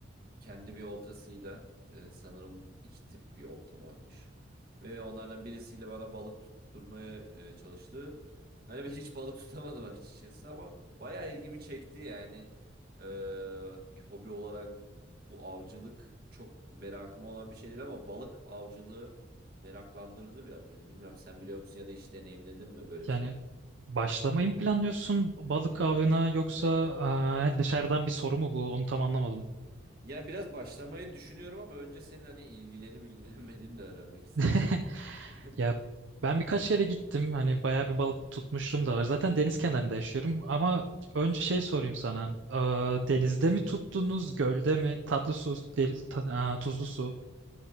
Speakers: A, on the right (about 55°); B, on the right (about 75°).
A: kendi bir oltasıyla e, sanırım bu iki tip bir olta varmış. Ve onlardan birisiyle bana balık tutturmaya e, çalıştı. Hani ben hiç balık <laughs> tutamadım açıkçası ama bayağı ilgimi çekti yani. E, bir hobi olarak bu avcılık çok merakım olan bir şey değil ama balık avcılığı meraklandırdı biraz beni. Bilmem sen biliyor musun ya da hiç deneyimledin mi böyle bir
B: Yani
A: şey?
B: başlamayı mı planlıyorsun balık avına yoksa aa, yani dışarıdan bir soru mu bu? Onu tam anlamadım.
A: Yani biraz başlamayı düşünüyorum ama önce senin hani ilgilenip ilgilenmediğini de öğrenmek isterim.
B: <laughs>
A: Hani <laughs>
B: Ya ben birkaç yere gittim. Hani bayağı bir balık tutmuşluğum da var. Zaten deniz kenarında yaşıyorum ama önce şey sorayım sana. Aa, denizde mi tuttunuz, gölde mi? Tatlı su, deniz, ta- aa, tuzlu su.